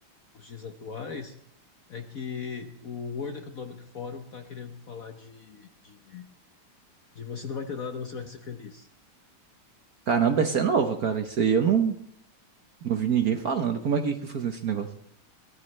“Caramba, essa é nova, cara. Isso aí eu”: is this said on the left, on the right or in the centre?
Right